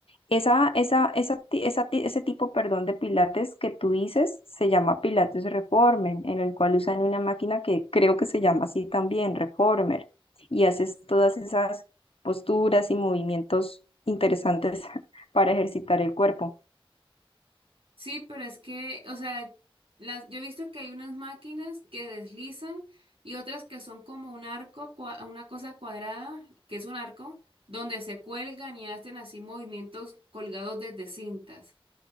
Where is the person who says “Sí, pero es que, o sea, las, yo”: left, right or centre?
Right